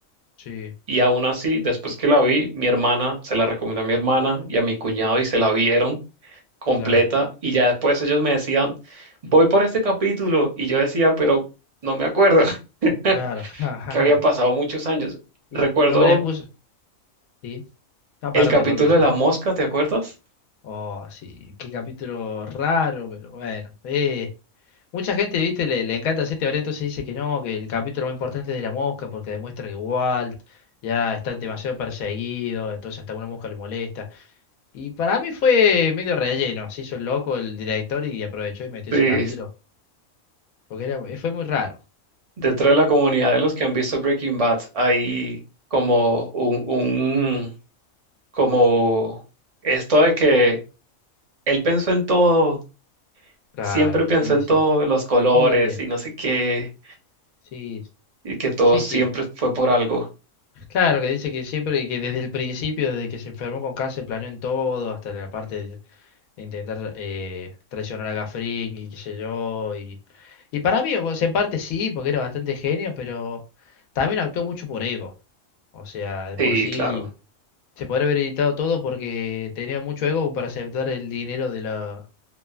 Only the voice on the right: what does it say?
Y aún así, después que la vi, mi hermana, se la recomendé a mi hermana y a mi cuñado
y se la vieron. completa
y ya después ellos me decían, voy por este capítulo y yo decía, pero no me acuerdo, <laughs>
que habían
pasado muchos años.
Recuerdo
el
capítulo
de la mosca, ¿te acuerdas?
Sí,
dentro de la comunidad de los que han visto Breaking Bad hay como un, un como esto de que él pensó en todo,
siempre pensó
en
todos los colores
y no sé qué,
y que todo
siempre
fue por algo.
Sí,
claro.